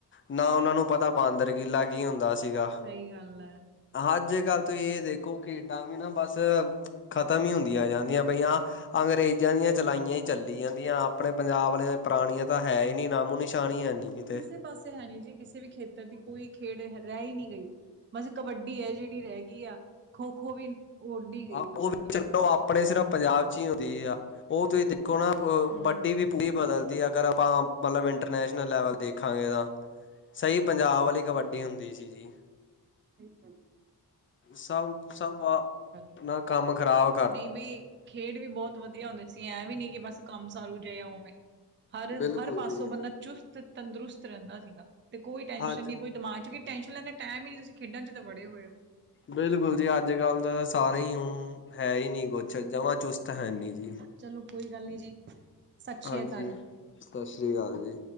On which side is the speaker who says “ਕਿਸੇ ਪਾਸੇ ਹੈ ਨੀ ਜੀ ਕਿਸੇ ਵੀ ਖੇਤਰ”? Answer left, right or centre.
Right